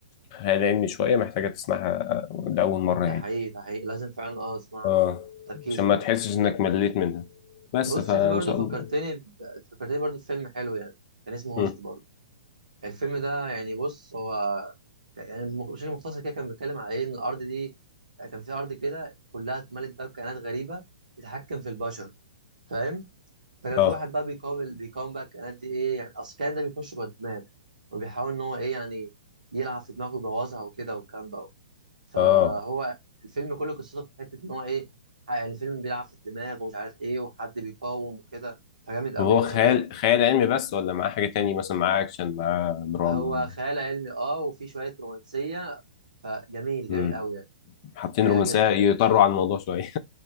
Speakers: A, on the left; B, on the right.
A: خيال علمي شوية محتاجة تسمعها لأول مرة
B: ده
A: يعني
B: حقيقي ده حقيقي لازم فعلا اه اسمع
A: اه
B: تركيز
A: عشان
B: وكده
A: ما تحسش انك مليت منها بس
B: بص
A: فان
B: في برضه
A: شاء الله
B: فكرتني ب... فكرتني برضه بفيلم حلو يعني كان اسمه هوست
A: مم.
B: برضه الفيلم ده يعني بص هو يعني مخ- بشكل مختصر كده كان بيتكلم على ايه ان الارض دي يعني كان في ارض كده كلها اتملت بقى بكائنات غريبه بتتحكم في البشر فاهم فكان
A: اه
B: في واحد بقى بيقاوم بيقاوم بقى الكائنات دي ايه يعني اصل الكائن ده بيخش جوه الدماغ وبيحاول ان هو ايه يعني يلعب في دماغه ويبوظها وكده والكلام ده فهو
A: اه
B: الفيلم كله قصته في حته ان هو ايه يعني الفيلم بيلعب في الدماغ ومش عارف ايه وحد بيقاوم وكده فجامد قوي
A: طب هو
B: يعني
A: خيال
B: عجبك
A: خيال علمي بس ولا معاه حاجة تاني مثلا معاه أكشن معاه دراما
B: هو
A: معاه
B: خيال علمي اه وفي شويه رومانسيه فجميل
A: مم.
B: جميل قوي يعني
A: حاطين
B: هيعجبك
A: رومانسية يطروا عن الموضوع شوية